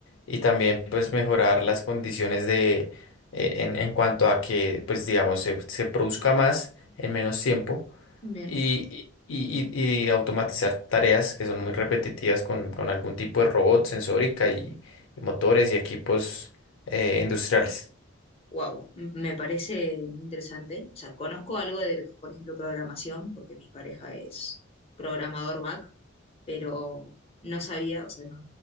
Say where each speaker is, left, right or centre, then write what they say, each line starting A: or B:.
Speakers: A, on the left (about 70°); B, on the left (about 30°).
A: y también pues mejorar las condiciones de eh, en, en cuanto a que pues digamos se, se produzca más en menos tiempo
B: <laughs> Bien.
A: y, y, y- y automatizar tareas que son muy repetitivas con, con algún tipo de robot, sensórica y, y motores y equipos eh, industriales.
B: wow, me parece muy interesante. O sea, conozco algo de, por ejemplo, programación, porque mi pareja es programador back, pero no sabía, o sea, no,